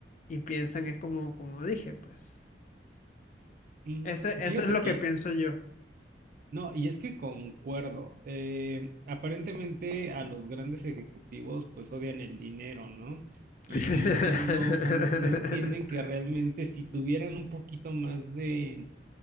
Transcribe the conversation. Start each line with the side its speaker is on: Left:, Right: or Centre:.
Left: y piensan, es como, como dije, pues.
Right: Mm,
Left: Ese- eso
Right: fíjate
Left: es lo
Right: que,
Left: que pienso yo.
Right: no, y es que concuerdo. eh, aparentemente a los grandes ejecutivos pues odian el dinero, ¿no? Y,
Left: <laughs>
Right: y- y no, no, no entienden que realmente si tuvieran un poquito más de,